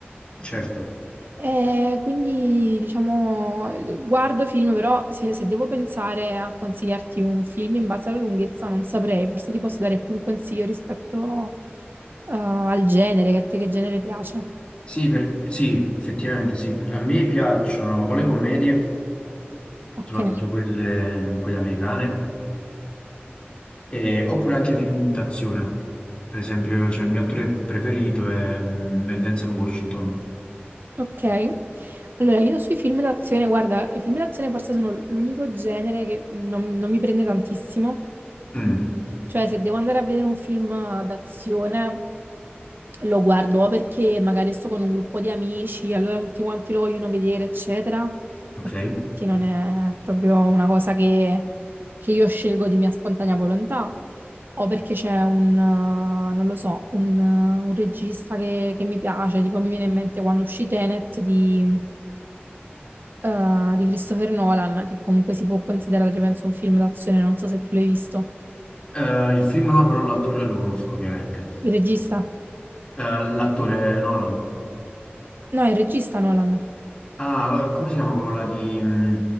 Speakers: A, on the left; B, on the right.
A: Certo.
B: Eh, quindi diciamo, eh, guardo film, però se, se devo pensare a consigliarti un film in base alla lunghezza, non saprei, forse ti posso dare più un consiglio rispetto eh, al genere, che a te che genere piace.
A: Sì, per- sì, effettivamente sì. A me piacciono o le commedie,
B: Ok,
A: soprattutto quelle, quelle americane, e- oppure anche i film d'azione. Per esempio, c'è il mio attore preferito è, mm, è Denzel Washington.
B: ok. Allora, io sui film d'azione, guarda, i film d'azione forse sono l'unico genere che non non mi prende tantissimo.
A: Mm,
B: Cioè, se devo andare a vedere un film d'azione, Lo guardo perché magari sto con un gruppo di amici, allora tutti quanti lo vogliono vedere, eccetera.
A: ok.
B: Altrimenti non è proprio una cosa che, che io scelgo di mia spontanea volontà. O perché c'è un, eh, non lo so, un, eh, un regista che, che mi piace, tipo mi viene in mente quando uscì Tenet di, eh, di Christopher Nolan, che comunque si può considerare, penso, un film d'azione, non so se tu l'hai visto.
A: Eh, il film no, però l'attore lo conosco ovviamente.
B: Il regista?
A: Eh, l'attore Nolan.
B: No, è il regista Nolan.
A: Ah, eh, come si chiama quello là di, mm,